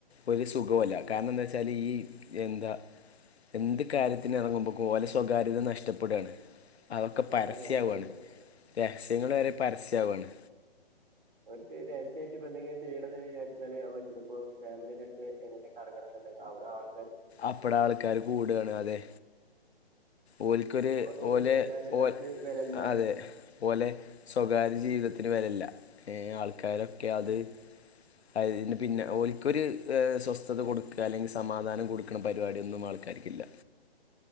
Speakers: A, on the left; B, on the right.
A: ഒരു സുഖവല്ല കാരണം എന്താവെച്ചാൽ ഈ എന്താ എന്ത് കാര്യത്തിന് ഇറങ്ങുമ്പോക്കെ ഓലെ സ്വകാര്യത നഷ്ടപ്പെട്‌ ആണ് അതൊക്കെ പരസ്യാവാണ്
B: അതാണ് ഒര്
A: രഹസ്യങ്ങൾ വരെ പരസ്യാവാണ്
B: ഓൽക്ക് രഹസ്യം ആയിട്ട് ഇപ്പം എന്തെങ്കിലും ചെയ്യണം വിചാരിച്ചാൽ അതു പറ്റോ ഫാമിലിയായിട്ട് എങ്ങട്ടെ അവിടെ ങ്ങാനോകട്ടെങ്കിൽ അവിടെ ആളു
A: അപ്പൾ ആൾക്കാര് കൂടാണ് അതെ ഓൽക്കൊരു
B: ഓരോ
A: ഓലെ
B: സ്വകാര്യതക്ക്
A: ഓൽ
B: വിലയില്ല
A: അതെ ഓലെ സ്വകാര്യ ജീവിതത്തിൽ വരേല്ല ഏ ആൾക്കാരൊക്കെ അത് അതിന് പിന്നെ ഒലിക്കൊരു സ്വസ്ഥത കൊട്ക്കഅല്ലെങ്കി സമാധാനം കൊടുക്കണ പരിപാടിയ ഒന്നും ആൾക്ക് അവരിക്കില്ല